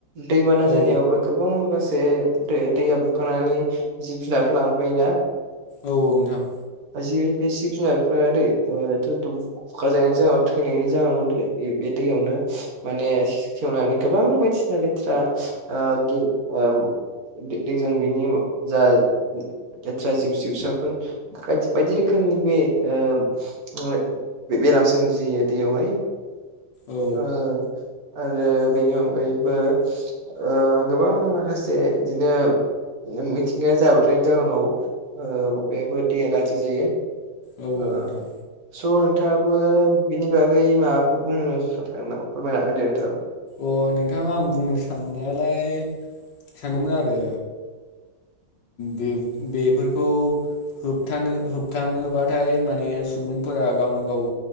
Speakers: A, on the right; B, on the left.
A: दैबाना
B: औ
A: जानायावबो गोबां माखासे दो दैया बुखांनानै जिब जुनारफोर लांफायोना
B: औ औ नोंथां।
A: जि बे जिब जुनारफ्रा दे <unintelligible> बुखार जानायनि जाहोनाव थैनायनि जाहोनाव दोनै बे बे दैयावनो माने से-सेवनानै गोबां बायदिसिना लेथ्रा ओ गे ओ दो दै जों बिनि उम जा ले-लेथ्रा जिउ-जिउसाफोर बायदि बायदि रोखोम नि उम उम बे-बेराम सोमजियो दैयावहाय।
B: औ
A: ओ। आरो बेनि अनगायैबो ओ गोबां माखासे इदिनो मि-मिथिंगाया जाब्रबथायनि जाहोनाव ओ माबायाबो दैया गाज्रि जायो।
B: औ औ
A: ओ
B: नोंथां
A: स' नोंथाङाबो बिनि बागै माबा फोर बुंनो <unintelligible> नामा फोरमायनो हागोन दे नोंथाबो।
B: अ नोंथाङा आं बुंनो साननायालाय सानदोंमोन आरो बे बेफोरखौ होबथानो होबथानोबाथाय माने सुबुंफोरा गावनो गाव